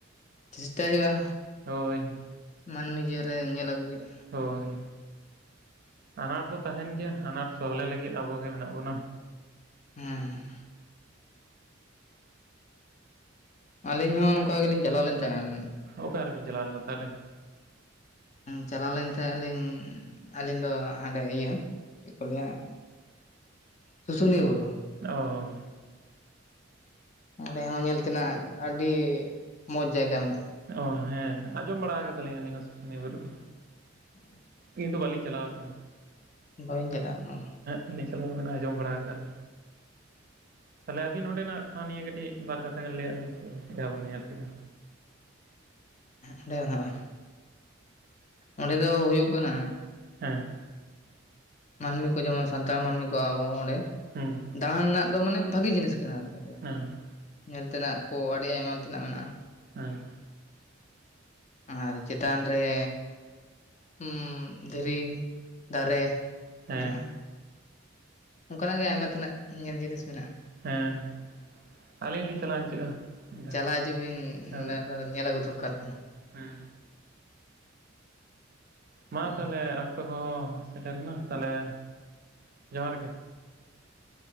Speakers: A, on the left (about 35°); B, on the right (about 50°).
A: ᱪᱮᱥᱴᱟᱭ ᱦᱩᱭᱩᱜᱼᱟ
B: ᱦᱳᱭ
A: ᱢᱟᱹᱱᱢᱤ ᱡᱤᱭᱚᱱ ᱨᱮ ᱧᱮᱞ ᱟᱹᱜᱩ ᱦᱩᱭᱩᱜᱼᱟ᱾
B: ᱦᱳᱭ ᱟᱱᱟᱴ ᱫᱚ ᱛᱟᱦᱮᱱ ᱜᱮᱭᱟ ᱟᱱᱟᱴ ᱥᱚᱦᱞᱮ ᱞᱟᱹᱜᱤᱫ ᱟᱵᱚ ᱜᱮ ᱢᱮᱱᱟᱜ ᱵᱚᱱᱟ᱾
A: ᱦᱮᱸ᱾ ᱟᱹᱞᱤᱧ ᱦᱚᱸ ᱱᱚᱝᱠᱟ ᱜᱮᱞᱤᱧ ᱪᱟᱞᱟᱣ ᱞᱮᱱ ᱛᱟᱦᱮᱸᱫ
B: ᱚᱠᱟ ᱨᱮᱵᱤᱱ ᱪᱟᱞᱟᱣ ᱞᱮᱱᱟ ᱛᱟᱦᱚᱞᱮ?
A: ᱪᱟᱞᱟᱣ ᱞᱮᱱ ᱛᱟᱦᱮᱸᱫ ᱞᱤᱧ ᱟᱹᱞᱤᱧ ᱫᱚ ᱦᱟᱸᱰᱮ ᱤᱭᱟᱹ ᱪᱮᱫ ᱠᱚ ᱞᱟᱹᱭᱼᱟ ᱦᱟᱸ ᱥᱩᱥᱩᱱᱤᱭᱟᱹ ᱵᱩᱨᱩ᱾
B: ᱚ᱾
A: ᱚᱸᱰᱮ ᱦᱚᱸ ᱧᱮᱞ ᱛᱮᱱᱟᱜ ᱟᱹᱰᱤ ᱢᱚᱡᱽ ᱡᱟᱭᱜᱟ ᱢᱮᱱᱟᱜᱼᱟ᱾
B: ᱚ ᱦᱮᱸ ᱟᱸᱡᱚᱢ ᱵᱟᱲᱟ ᱠᱟᱫᱟᱞᱤᱧ ᱟᱹᱞᱤᱧ ᱦᱚᱸ ᱥᱩᱥᱩᱱᱤᱭᱟᱹ ᱵᱩᱨᱩ ᱫᱚ᱾
A: <inaudible>
B: ᱠᱤᱱᱛᱩ ᱵᱟᱹᱞᱤᱧ ᱪᱟᱞᱟᱣ ᱠᱟᱱᱟ
A: ᱵᱟᱹᱞᱤᱧ ᱪᱟᱞᱟᱜ ᱠᱟᱱᱟ᱾
B: ᱮᱸᱫ <unintelligible> ᱟᱸᱡᱚᱢ ᱵᱟᱲᱟ ᱠᱟᱫᱟ ᱞᱤᱧ᱾ ᱛᱟᱦᱚᱞᱮ ᱟᱵᱤᱱ ᱱᱚᱸᱰᱮᱱᱟᱜ ᱴᱷᱟᱶ ᱱᱤᱭᱮ ᱠᱟᱹᱴᱤᱡ ᱵᱟᱨ ᱠᱟᱛᱷᱟ ᱜᱟᱱ ᱞᱟᱹᱭᱟᱜᱽ ᱵᱤᱱ ᱥᱮ ᱪᱮᱫ ᱞᱮᱠᱟ ᱵᱤᱱ ᱧᱮᱞ ᱠᱮᱫᱟ᱾
A: ᱚᱸᱰᱮ ᱢᱮᱱᱟᱜᱼᱟ ᱚᱸᱰᱮ ᱫᱚ ᱦᱩᱭᱩᱜ ᱠᱟᱱᱟ
B: ᱦᱮᱸ
A: ᱢᱟᱹᱱᱢᱤ ᱠᱚ ᱡᱮᱢᱚᱱ ᱥᱟᱱᱛᱟᱲ ᱢᱟᱹᱱᱢᱤ ᱠᱚ ᱟᱵᱚ ᱚᱸᱰᱮ
B: ᱦᱩᱸ
A: ᱫᱟᱬᱟᱱ ᱨᱮᱱᱟᱜ ᱫᱚ ᱢᱟᱱᱮ ᱵᱷᱟᱜᱤ ᱡᱤᱱᱤᱥ ᱠᱟᱱᱟ ᱟᱨᱠᱤ,
B: ᱦᱮᱸ
A: ᱧᱮᱞ ᱛᱮᱱᱟᱜ ᱠᱚ ᱟᱹᱰᱤ ᱟᱭᱢᱟ ᱛᱮᱱᱟᱜ ᱢᱮᱱᱟᱜᱼᱟ᱾
B: ᱦᱮᱸ
A: ᱟᱨ ᱪᱮᱛᱟᱱ ᱨᱮ ᱦᱩᱸ ᱫᱷᱤᱨᱤ ᱫᱟᱨᱮ
B: ᱦᱮᱸ
A: ᱢᱮᱱᱟᱜᱼᱟ ᱚᱱᱠᱟᱱᱟᱜ ᱜᱮ ᱟᱭᱢᱟ ᱛᱮᱱᱟᱜ ᱧᱮᱞ ᱡᱤᱱᱤᱥ ᱢᱮᱱᱟᱜᱼᱟ᱾
B: ᱦᱮᱸ ᱟᱹᱞᱤᱧ ᱦᱚᱸ ᱞᱤᱧ ᱪᱟᱞᱟᱣ ᱦᱚᱤᱡᱚᱜᱼᱟ ᱢᱤᱫᱷᱟᱣ
A: ᱪᱟᱞᱟᱣ ᱦᱤᱡᱩᱜ ᱵᱤᱱ ᱚᱱᱟ
B: ᱦᱳᱭ᱾ ᱦᱮᱸ
A: ᱫᱚ ᱧᱮᱞ ᱟᱹᱜᱩ ᱫᱚᱨᱠᱟᱨ ᱠᱟᱱᱟ
B: ᱢᱟ
A: ᱦᱩᱸ
B: ᱛᱟᱦᱚᱞᱮ ᱚᱠᱛᱚ ᱠᱚ ᱥᱮᱴᱮᱨᱱᱟ ᱛᱟᱦᱚᱞᱮ ᱡᱚᱦᱟᱨ ᱜᱮ